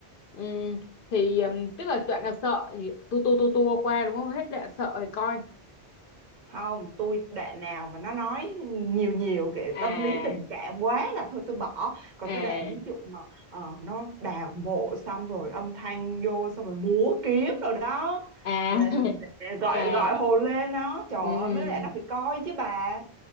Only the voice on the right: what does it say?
không tôi đoạn nào mà nó nói nhiều nhiều cái
tâm lý tình cảm quá là thôi tôi bỏ còn
cái đoạn ví dụ mà ờ, nó đào mộ xong rồi âm thanh vô xong rồi múa kiếm rồi đó
để,
để gọi
gọi hồn lên nó trời
ơi
mấy cái đoạn nó phải coi chứ bà